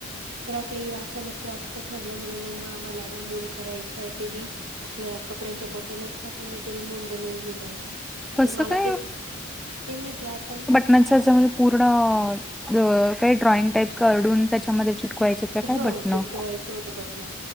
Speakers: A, on the right (about 75°); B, in the centre.
A: रात्री अचानक रातचं ठरलं म्हणे मग् आम्हाला आहे ना मौन करायचंय ते बी आपल्या कपड्यांच्या बटन असतात ना त्याच्या नि मून बनवून घे जायचा. म्ह
B: कसं
A: मला
B: काय
A: ते ते म्हटलं आता.
B: नच म्हणजे पूर्ण काही ड्रॉइंग टाईप काडून त्याच्यामध्ये चिटकवायचे. का काय
A: हा
B: बटणं.
A: चिटकवायचं होतं बटन